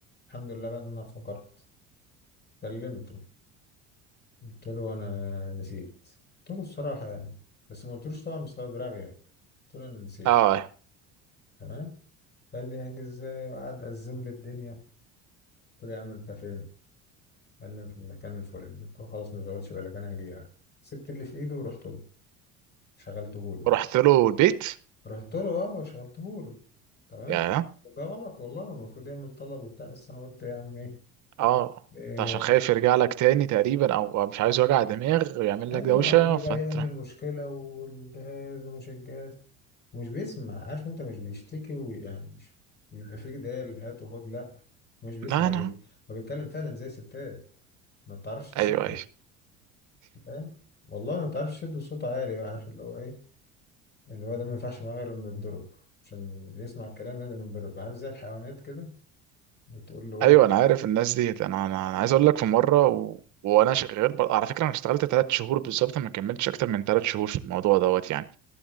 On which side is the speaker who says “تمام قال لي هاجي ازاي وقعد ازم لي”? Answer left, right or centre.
Left